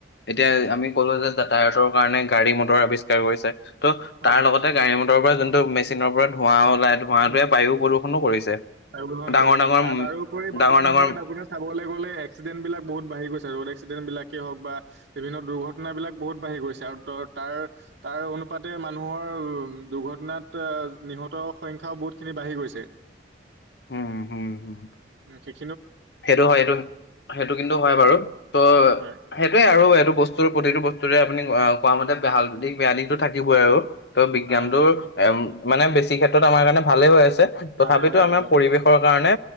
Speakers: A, on the left (about 65°); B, on the right (about 65°).
A: এতিয়া আমি ক'লো যে যাতায়াতৰ কাৰণে গাড়ী, মটৰ আৱিষ্কাৰ কৰিছে। ত'
B: হয়
A: তাৰ
B: হয়
A: লগতে গাড়ী, মটৰ পৰা যোন ধৰক মেচিনৰ পৰা ধোৱাও ওলাই, ধুৱাটোৱেই
B: উম,
A: বায়ু
B: উম,
A: প্ৰদূষনু কৰিছে।
B: <unintelligible> হয়
A: ডাঙৰ ডাঙৰ উম,
B: আৰু তাৰোপৰি বৰ্তমান
A: ডাঙৰ ডাঙৰ
B: সময়ত আপোনাৰ চাবলৈ গ'লে এক্সিডেণ্ট বিলাক বহুত বাঢ়ি গৈছে ৰোড এক্সিডেণ্ট। বিলাকেই হওক বা বিভিন্ন দুৰ্ঘটনাবিলাক বহুত বাঢ়ি গৈছে। আৰু ত' তাৰ, তাৰ অনুপাতে মানুহৰ উ দুৰ্ঘটনাত নি'হত। সংখ্যাও বহুতখিনি বাঢ়ি গৈছে।
A: উম হম
B: অহ' ঠিক
A: সেইটো হয়, এইটো সেইটো কিন্তু হয় বাৰু। ত'
B: হয়
A: সেইটোৱে আৰু এইটো বস্তুৰ প্ৰতিটো বস বস্তুৰে আপুনি তোমাৰ মতে ভাল দিশ, বেয়া দিশ। টো থাকি আৰু ত' বিজ্ঞানটোত
B: হয় হয়
A: এ মানে বেছি ক্ষেত্ৰত আমাৰ কাৰণে ভালেই হৈ আছে। ছে তথাপিতো
B: ভালে হৈ আছে
A: আমাৰ
B: হয়
A: পৰিৱেশৰ কাৰণে।